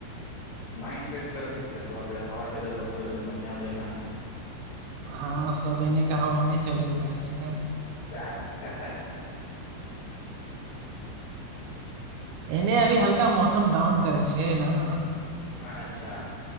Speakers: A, on the left; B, on the right.
A: माइंड फ्रेश त छटवा पे हवा चलेल पूरे एकदम बढ़िआँ बइआँ
B: हँ सब एने क हाव ओने चल गेल लगै छै
A: त ता हे
B: एने अभी हल्का मौसम डाउन करै छै ने
A: अच्छा